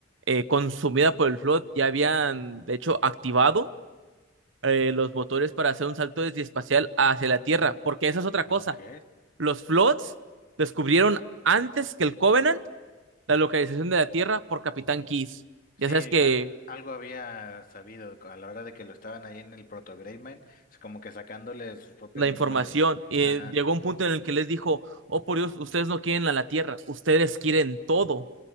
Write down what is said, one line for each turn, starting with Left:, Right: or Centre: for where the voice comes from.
Right: eh, consumida por el Flood. Ya habían, de hecho, activado eh, los motores para hacer un salto desde espacial hacia la Tierra, porque esa es otra cosa.
Left: Ok.
Right: Los Floods descubrieron antes que el Covenant la localización de la Tierra por Capitán Keyes. Ya
Left: Sí,
Right: sabes que
Left: que al- algo había sabido a la hora de que lo estaban ahí en el Proto Greymane, es como que sacándole sus propias
Right: la
Left: memorias.
Right: información. Y
Left: Ajá,
Right: llegó un punto en el que les dijo, oh por Dios, ustedes no quieren a la Tierra, ustedes quieren todo.